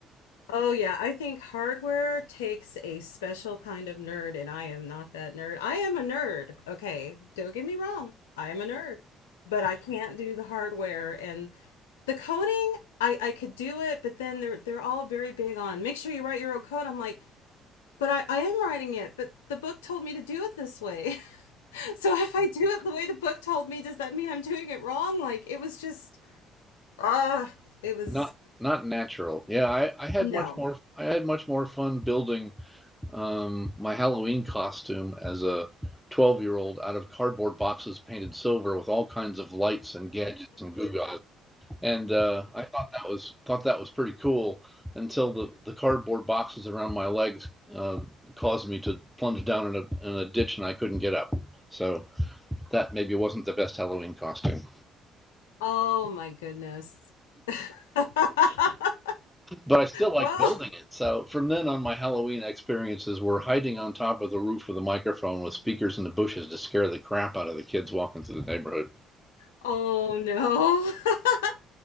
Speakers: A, on the left; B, in the centre.
A: Oh yeah, I think hardware takes a special kind of nerd, and I am not that nerd. I am a nerd. Okay, don't get me wrong. I am a nerd, but I can't do the hardware and the coding. I I could do it, but then they're they're all very big on make sure you write your own code. I'm like, but I I am writing it, but the book told me to do it this way. <laughs> So if I do it the way the book told me, does that mean I'm doing it wrong? Like it was just ah,
B: <laughs>
A: it was
B: Not not natural. Yeah, I, I had
A: no.
B: much more I had much more fun building um, my Halloween costume as a 12 year old out of cardboard boxes painted silver with all kinds of lights and gadgets and goo and uh, I thought that was thought that was pretty cool until the, the cardboard boxes around my legs uh, caused me to plunge down in a, in a ditch and I couldn't get up. So that maybe wasn't the best Halloween costume,
A: Oh my goodness. <laughs>
B: but I still liked
A: Well,
B: building it. So from then on, my Halloween experiences were hiding on top of the roof with a microphone with speakers in the bushes to scare the crap out of the kids walking through the neighborhood.
A: <laughs> oh no. <laughs>